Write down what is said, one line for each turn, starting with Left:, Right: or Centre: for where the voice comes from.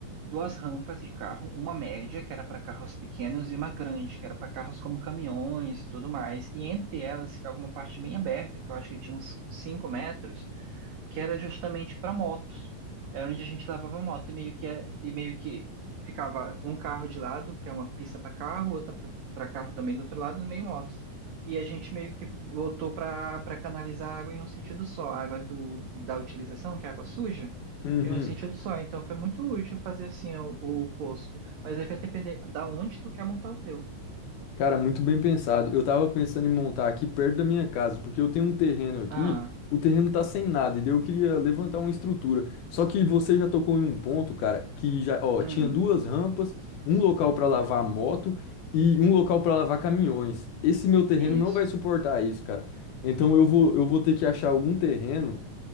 Right: duas rampas de carro, uma média que era para carros pequenos e uma grande que era para carros como caminhões e tudo mais. E entre elas ficava uma parte bem aberta que eu acho que tinha uns 5 metros que era justamente para motos. Era onde a gente lavava moto e meio que é- e meio que ficava um carro de lado, que é uma pista para carro, outra para carro também do outro lado, no meio motos. E a gente meio que voltou para para canalizar a água em um sentido só, a água do, da utilização, que é a água suja,
Left: Uhum.
Right: em um sentido só. Então foi muito útil fazer assim o, o posto. Mas aí vai depender da onde tu quer montar o teu.
Left: Cara, muito bem pensado. Eu tava pensando em montar aqui perto da minha casa, porque eu tenho um terreno aqui,
Right: Ah,
Left: o terreno tá sem nada, e daí eu queria levantar uma estrutura. Só que você já tocou em um ponto, cara, que já, ó,
Right: hum,
Left: tinha duas rampas, um local pra lavar moto e um local pra lavar caminhões. Esse meu terreno
Right: isso.
Left: não vai suportar isso, cara. Então eu vou, eu vou ter que achar algum terreno